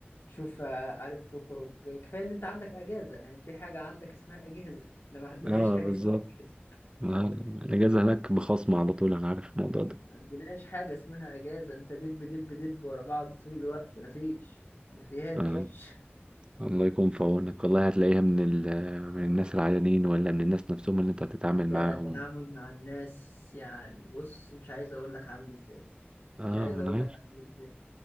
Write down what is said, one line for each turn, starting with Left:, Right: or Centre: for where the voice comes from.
Left: شوف آه، عارف تخرج كفايه ان انت عندك اجازه يعني في حاجه عندك اسمها اجازه <laughs> احنا ما عندناش
Right: اه
Left: حاجه
Right: بالظبط
Left: اسمها اجازه
Right: آه، الاجازه هناك بخصم على طول انا عارف الموضوع ده
Left: ما عندناش حاجه اسمها اجازه انت دب دب دب ورا بعض طول الوقت ما فيش ما فيهاش
Right: آه. الله يكون في عونك والله هتلاقيها من ال... من الناس العيانين ولا من الناس نفسهم اللي انت هتتعامل
Left: ده
Right: معاهم
Left: التعامل مع الناس يعني بص مش عايز اقول لك عامل ازاي مش
Right: اه
Left: عايز اقول
Right: انا عارف
Left: لك عامل ازاي